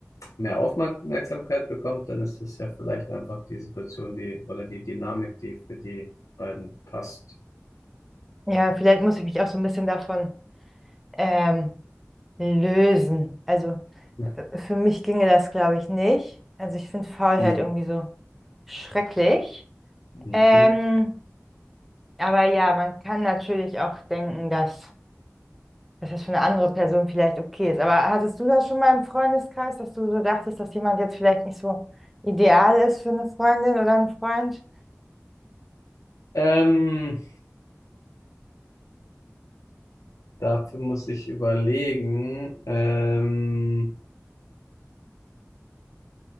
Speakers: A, on the left (about 85°); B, in the centre.
A: mehr Aufmerksamkeit bekommt, dann ist das ja vielleicht einfach die Situation, die oder die Dynamik, die für die beiden passt.
B: Ja, vielleicht muss ich mich auch so ein bisschen davon ähm, lösen. Also
A: <laughs>
B: äh, für mich ginge das, glaube ich, nicht. Also ich finde Faulheit
A: Mhm.
B: irgendwie so schrecklich.
A: Mhm.
B: Ähm, aber ja, man kann natürlich auch denken, dass, dass das für eine andere Person vielleicht okay ist. Aber hattest du das schon mal im Freundeskreis, dass du so dachtest, dass jemand jetzt vielleicht nicht so ideal ist für eine Freundin oder einen Freund?
A: Ähm, Dafür muss ich überlegen. Ähm,